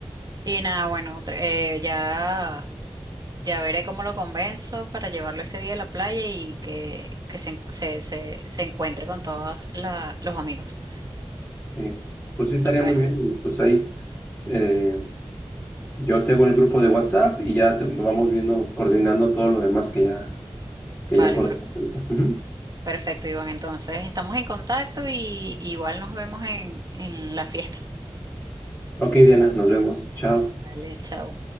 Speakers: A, on the right (about 40°); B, on the left (about 20°).
A: Y nada, bueno, tr- eh, ya. Ya veré cómo lo convenzo para llevarlo ese día a la playa y que, que se, se, se, se encuentre con todos la- los amigos.
B: sí. Pues sí, estaría
A: Bueno,
B: muy bien
A: vale,
B: y pues ahí eh, yo tengo el grupo de WhatsApp y ya te, nos vamos viendo, coordinando todo lo demás que ya, que
A: vale,
B: ya acordamos.
A: perf-
B: ahorita. Ujú.
A: perfecto, Iván. Entonces, estamos en contacto y igual nos vemos en, en la fiesta.
B: Ok, Diana, nos vemos. Chao.
A: Vale, chao.